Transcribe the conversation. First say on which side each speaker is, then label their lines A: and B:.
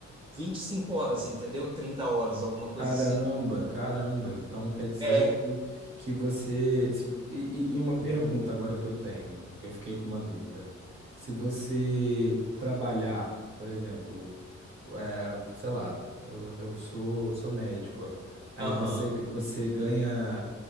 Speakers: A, on the right; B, on the right.
A: 25 horas, entendeu? 30 horas, alguma coisa
B: Caramba,
A: assim.
B: caramba. Então quer dizer
A: É,
B: que, que você. se- e, e e uma pergunta agora que eu tenho, que eu fiquei com uma dúvida. Se você trabalhar, por exemplo, eh, sei lá, eu, eu sou, sou médico, aí
A: aham.
B: você, você ganha,